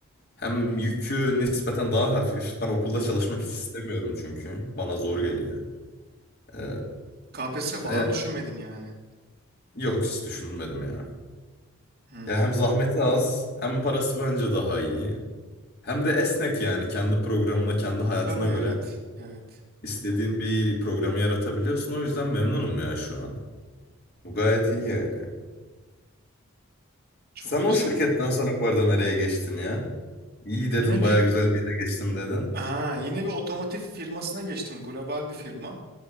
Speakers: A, on the left (about 45°); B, on the right (about 45°).
A: hem yükü nispeten daha hafif. Ben okulda
B: Hı
A: çalışmak
B: hı.
A: hiç istemiyorum çünkü. Bana zor
B: Hı hı.
A: geliyor. Ee,
B: KPSS falan
A: e,
B: düşünmedin yani.
A: yok hiç düşünmedim ya.
B: Hmm.
A: Ya hem zahmeti az, hem parası bence daha iyi. Hem de esnek yani kendi programına, kendi hayatına
B: Tabii evet.
A: göre
B: Evet.
A: istediğin bir programı yaratabiliyorsun. O yüzden memnunum ya şu an. Bu gayet iyi yani.
B: Çok
A: Sen
B: güzel.
A: o şirketten sonra bu arada nereye geçtin ya? İyi
B: Yine
A: dedin
B: bir
A: baya güzel bir yere geçtim dedin.
B: Aa, yine bir otomotiv firmasına geçtim. Global bir firma.